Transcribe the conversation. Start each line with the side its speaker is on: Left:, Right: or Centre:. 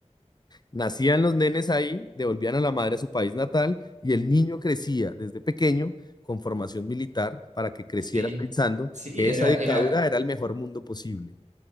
Left: Nacían los nenes ahí, devolvían a la madre a su país natal y el niño crecía desde pequeño con formación militar para que creciera
Right: Sí.
Left: pensando
Right: Sí,
Left: que
Right: era,
Left: esa dictadura
Right: era.
Left: era el mejor mundo posible.